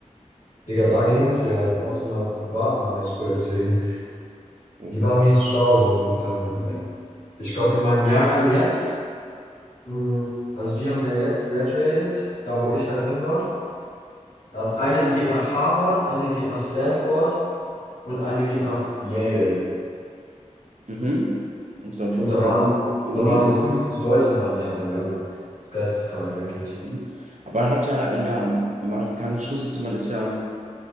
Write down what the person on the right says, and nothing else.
Oh.
Mhm. Und auf
jeden Fall
gute
Unis.
Mhm. Aber man hat ja in der, im amerikanischen Schulsystem, man ist ja,